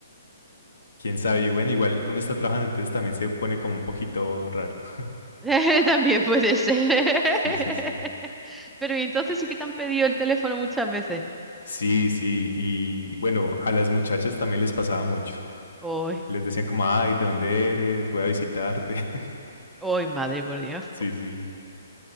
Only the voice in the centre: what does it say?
<laughs> También puede ser. <laughs>
Pero y entonces sí que te han pedido el teléfono muchas veces.
Hoy,
hoy, <laughs> madre, por Dios.